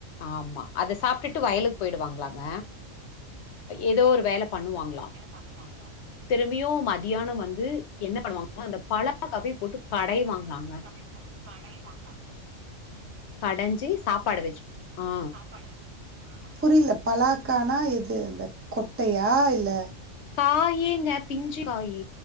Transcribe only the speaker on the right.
பண்ணுவங்கலா
<unintelligible> போட்டு கடையுவாங்லாங்க
பாடு வெச் புரில பலாக்கானா எது இந்த கொட்டையா இல்ல